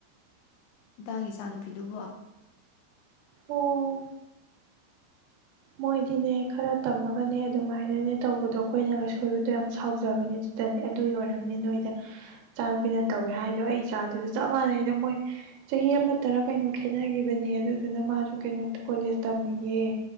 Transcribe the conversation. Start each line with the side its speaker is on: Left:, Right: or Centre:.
Left: ꯏꯒꯤ ꯏꯆꯥ ꯅꯨꯨꯄꯤꯗꯨꯕꯨ
Right: ꯑꯣ ꯃꯣꯏꯗꯤꯅꯦ ꯈꯔ ꯇꯝꯃꯒꯅꯦ ꯑꯗꯨꯃꯥꯏꯅꯅꯦ ꯇꯧꯕꯗꯣ ꯑꯩꯈꯣꯏꯅꯒ ꯁꯣꯏꯕꯗꯣ ꯌꯥꯝ ꯁꯥꯎꯖꯕꯅꯦ ꯑꯗꯨꯗꯅꯦ ꯑꯗꯨꯒꯤ ꯑꯣꯏꯔꯝꯅꯤ ꯅꯣꯏꯗ ꯏꯆꯥꯅꯨꯄꯤꯅ ꯇꯧꯋꯦ ꯍꯥꯏꯗꯣ ꯑꯩ ꯏꯆꯥꯗꯨꯁꯨ ꯆꯞ ꯃꯥꯟꯅꯩꯗ ꯃꯣꯏ ꯆꯍꯤ ꯑꯃ ꯇꯔ ꯀꯩꯅꯣ ꯈꯦꯠꯅꯈꯤꯕꯅꯦ ꯑꯗꯨꯗꯨꯅ ꯃꯥꯁꯨ ꯀꯩꯅꯣ ꯀꯣꯂꯦꯖ ꯇꯝꯃꯤꯌꯦꯦ